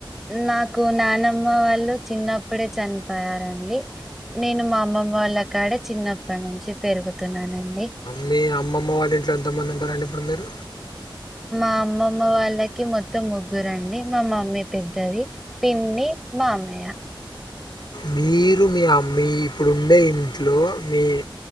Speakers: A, in the centre; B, on the left (about 60°).
A: నాకు నానమ్మ వాళ్ళు చిన్నప్పుడే చనిపోయారండి నేను మా అమ్మ అమ్మమ్మ వాళ్ళ కాడ చిన్నప్పటి నుంచి పెరుగుతున్నానండి
B: మీ అమ్మమ్మ వాళ్ళ ఇంట్లో ఎంతమంది ఉంటారండి ఇప్పుడు మీరు
A: మా అమ్మమ్మ వాళ్ళకి మొత్తం ముగ్గురండి మా మమ్మీ పెద్దది పిన్ని మామయ్య
B: మీరు మీ ఇప్పుడుండే ఇంట్లో మీ